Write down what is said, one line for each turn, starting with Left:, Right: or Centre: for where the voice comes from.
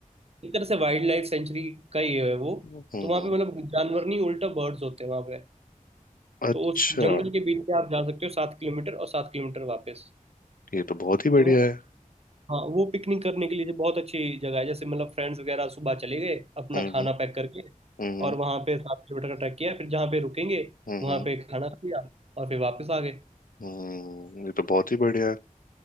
Right: एक तरह से वाइल्ड लाइफ सेंचुरी का ही है वो
Left: हम्म
Right: तो वहां पे मतलब जानवर नहीं उल्टा बर्ड्स होते हैं वहां पे
Left: अच्छा
Right: तो उस जंगल के बीच से आप जा सकते हो सात किलोमीटर और सात किलोमीटर वापस
Left: ये तो बहुत ही बढ़िया
Right: तो वो
Left: है
Right: हाँ वो पिकनिक करने के लिए जो बहुत अच्छी जगह है जैसे मतलब फ्रेंड्स वगैरह सुबह चले गए अपना
Left: हम्म
Right: खाना पैक करके
Left: हम्म
Right: और वहां पे सात किलोमीटर का ट्रैक किया फिर जहाँ पे रुकेंगे
Left: हम्म
Right: वहां
Left: हम्म
Right: पे खाना खाया और फिर वापस आ गए
Left: हम्म, ये तो बहुत ही बढ़िया है